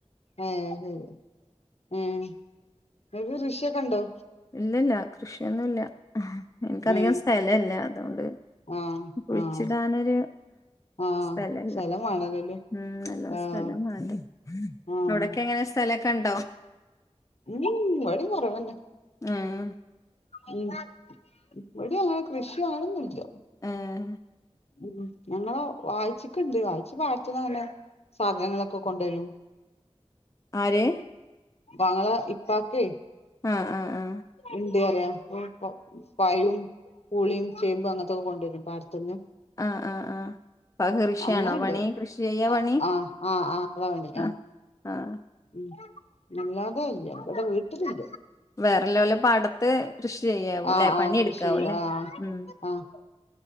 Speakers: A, on the left; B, on the left.
A: ഏഹ് ശെരി ഏഹ് ങ്ങക്ക് കൃഷിയൊക്കെണ്ടോ
B: ഇല്ലല്ല കൃഷിയൊന്നുല്ല ഞങ്ങൾക്കധികം
A: ഏ
B: സ്ഥലല്ല അതോണ്ട്
A: ആഹ
B: കുഴിച്ചിടാനൊരു
A: ആഹ ആഹ
B: സ്ഥലല്ല
A: സ്ഥലം വേണല്ലോല്ലേ
B: ഉം നല്ലോം
A: ആഹ്
B: സ്ഥലം വാണ്ടേ
A: ആഹ്
B: അവിടൊക്കെ എങ്ങനെ സ്ഥ സ്ഥലൊക്കെണ്ടോ
A: ഉം ഇവടിം കൊറവെന്നേ
B: ആഹ്‌
A: ഉം ഇവിടി അങ്ങനെ കൃഷോ അങ്ങനൊന്നുല്ല
B: ഏഹ്
A: ഉം ഞങ്ങളേ വായിച്ചിക്ണ്ട് വായിച് പാടത്ന്ന ങ്ങനെ സാധനങ്ങളൊക്കെ കൊണ്ടുവരും
B: ആര്
A: ബങ്ങള ഇപ്പക്കെ
B: ആഹ ആഹ ആഹ
A: എന്ത് പറ പറയാ പഴവും പുളിയും ചേമ്പും അങ്ങനത്തൊക്കെ കൊണ്ടുവരും പാടത്തിന്ന്.
B: ആഹ്ആഹ്ആഹ് ഇപാക് കൃഷിയാണോ
A: അങ്ങനെണ്ട്
B: പണി കൃഷി ചെയ്യ
A: ആഹ്
B: പണി
A: ആഹ് ആഹ് ആഹ് അതാ പണി
B: ആ
A: ആഹ്
B: ആഹ
A: ഉം അല്ലാതെ അല്ല ഇവിടെ വീട്ടിലില്ല
B: വേറെ ലോലെ പാടത്ത് കൃഷി ചെയ്യാവൂ
A: ആഹ്
B: ല്ലെ പണിയെടുക്കാവൂ
A: ആഹ് കൃഷി
B: ല്ലേ
A: ആഹ്
B: ഉം
A: ആഹ്